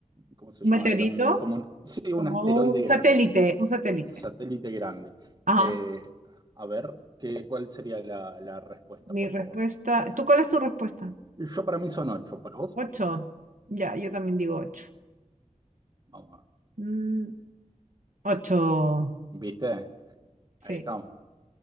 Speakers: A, on the right (about 80°); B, on the right (about 30°).
A: <laughs>
B: ¿cómo se
A: Un
B: llama?
A: meteorito,
B: Era un, como un, sí, un
A: como
B: asteroide
A: un
B: grande,
A: satélite, un satélite.
B: satélite grande.
A: Ajá.
B: Eh, a ver, ¿qué, cuál sería la, la respuesta,
A: Mi
B: por
A: respuesta.
B: favor?
A: ¿Tú cuál es tu respuesta?
B: Yo para mí son ocho, ¿para vos?
A: Ocho. Ya, yo también digo ocho.
B: Vamos, a ver.
A: Mm, ocho.
B: ¿viste?
A: Sí.
B: Ahí estamos.